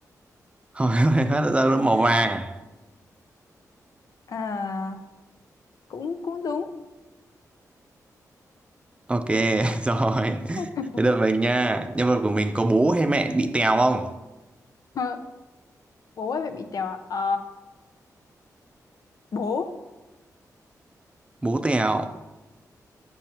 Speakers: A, on the right; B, on the left.
A: <laughs> hỏi câu này phát là ra luôn
B: <laughs>
A: màu vàng.
B: Ờ, cũng cũng đúng
A: Ok, <laughs> rồi.
B: <laughs>
A: Thế đợi mình nha. Nhân vật của mình có bố hay mẹ bị tèo không?
B: Ờ, bố ơi mẹ bị tèo à Ờ, bố
A: Bố tèo.